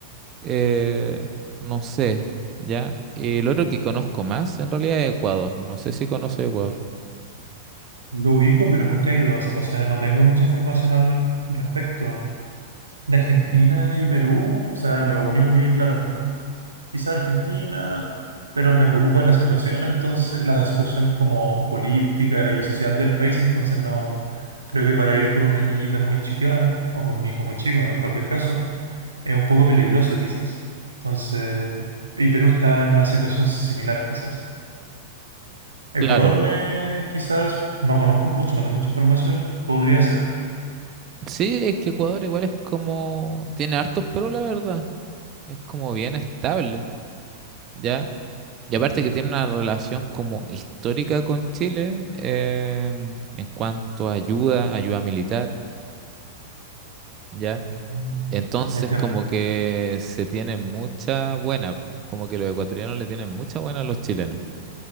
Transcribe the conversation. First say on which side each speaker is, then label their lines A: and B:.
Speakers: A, on the right; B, on the right.
A: eh, no sé, ¿ya? Y el otro que conozco más, en realidad, es Ecuador. No sé si conoce Ecuador.
B: Lo ubico, pero nunca he ido. O sea, no tengo mucha información al respecto. De Argentina
A: Mm,
B: y Perú, o sea, lo único que, claro, quizá Argentina, pero me preocupa la situación, entonces, la situación como política y social del país, entonces no, creo que para ir con una niñita muy chica o con un hijo muy chico, en cualquier caso, es un poco peligroso quizás. Entonces, y Perú está en una situación si, similar quizás. Ecuador
A: Claro,
B: me, quizás, no conozco mucho, no tengo mucha información, podría ser.
A: sí, es que Ecuador igual es como, tiene hartos pero la verdad, es como bien estable, ¿ya? Y aparte que tiene una relación como histórica con Chile eh, en cuanto a ayuda, ayuda militar, ¿ya?
B: Mm.
A: Entonces
B: Ya entiendo.
A: como que se tienen mucha buena, como que los ecuatorianos le tienen mucha buena a los chilenos,